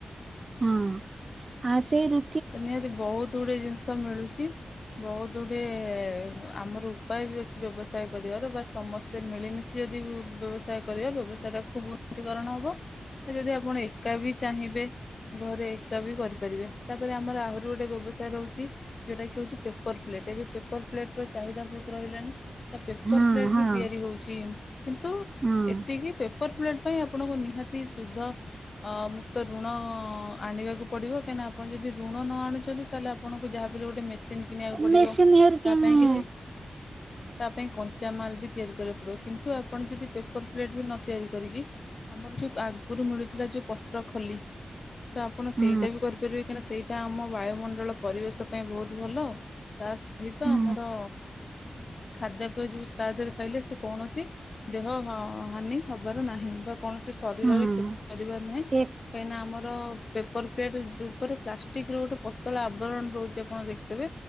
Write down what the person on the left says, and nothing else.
ନିହାତି ବହୁତ ଗୁଡେ ଜିନିଷ ମିଳୁଛି। ବହୁତ ଗୁଡ଼ିଏ ଆମର ଉପାୟ ବି ଅଛି ବ୍ୟବସାୟ କରିବାର ବା ସମସ୍ତ ଯଦି ମିଳିମିଶି ଯଦି ବ୍ୟବସାୟ କରିବା ବ୍ୟବସାୟଟା ଖୁବ୍ ଉନ୍ନତିକରଣ ହେବ। ଯଦି ଆପଣ ଏକା ବି ଚାହିଁବେ ଘରେ ଏକା ବି କରିପାରିବେ। ତାପରେ ଆମର ଆହୁରି ଗୋଟେ ବ୍ୟବସାୟ ରହୁଛି। ଯେଉଟା କି ହଉଛି ପେପର ପ୍ଲେଟ୍ ଏବେ ପେପର ପ୍ଲେଟ ର ଚାହିଦା ବହୁତ ରହିଲାଣି। ପେପର
ପ୍ଲେଟ୍
ବି ତିଆରି ହେଉଛି କିନ୍ତୁ
ଏତିକି ପେପର ପ୍ଲେଟ୍ ପାଇଁ ଆପଣଙ୍କୁ ନିହାତି ଶୁଦ୍ଧ ମୁକ୍ତ ଋଣ ଆଣିବାକୁ ପଡ଼ିବ କାହିଁକିନା ଆପଣ ଯଦି ଋଣ ନ ଆଣୁଛନ୍ତି ତାହେଲେ ଆପଣଙ୍କୁ ଯାହାବି ହେଲେ ଗୋଟେ ମେସିନ୍ କିଣିବାକୁ ପଡ଼ିବ
ତା
ପାଇଁ କିଛି ତା ପାଇଁ ଚାମାଲ୍ ବି ତିଆରି କରିବାକୁ ପଡ଼ିବ କିନ୍ତୁ ଆପଣ ଯଦି ପେପର୍ ପ୍ଲେଟ୍ ବି ନ ତିଆରି କରିକି ଆମର ଯେଉଁ ଆଗରୁ ମିଳୁଥିଲା ଯେଉଁ ପତ୍ର ଖୋଲି ତ ଆପଣ
ସେଇଟା ବି କରିପାରିବେ କାହିଁକି ନା ସେଇଟା ଆମ ବାୟୁମଣ୍ଡଳ ପରିବେଶ ପାଇଁ ବହୁତ ଭଲ ତା ସହିତ
ଆମର ଖାଦ୍ୟ ପେୟ ଯୋଉ ତା ଦେହରେ ଖାଇଲେ ସେ କୌଣସି ଦେହ ହ ହାନି ହବାର ନାହିଁ ବା କୌଣସି ଶରୀରରେ
କ୍ଷତି କରିବାର ନାହିଁ କାହିଁକିନା
ଆମର ପେପର ପ୍ଲେଟ୍ ଯେଉଁ ଉପରେ ପ୍ଲାଷ୍ଟିକ୍ ର ଗୋଟେ ପତଳା ଆବରଣ ରହୁଛି ଆପଣ ଦେଖ ତେବେ